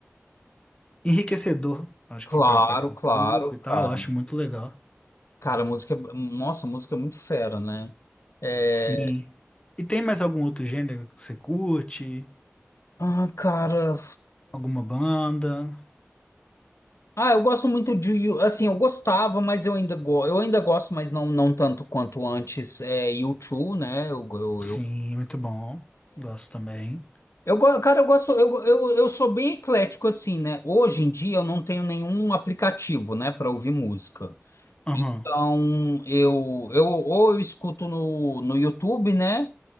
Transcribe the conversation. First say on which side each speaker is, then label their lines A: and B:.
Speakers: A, on the left; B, on the left.
A: enriquecedor. Acho
B: Claro,
A: que pra, pra cultura
B: claro,
A: e
B: cara.
A: tal, eu acho muito legal.
B: Cara, música. Nossa, música é muito fera, né? É,
A: Sim. E tem mais algum outro gênero que você curte?
B: ah, cara.
A: Alguma banda?
B: Ah, eu gosto muito de You- assim, eu gostava, mas eu ainda go, eu ainda gosto, mas não não tanto quanto antes. É U2, né? Eu, eu,
A: Sim,
B: eu,
A: muito bom. Gosto também.
B: eu go- cara, eu gosto, eu, eu, eu sou bem eclético assim, né? Hoje em dia eu não tenho nenhum aplicativo, né, para ouvir música.
A: Aham,
B: Então, eu, eu ou eu escuto no, no YouTube, né?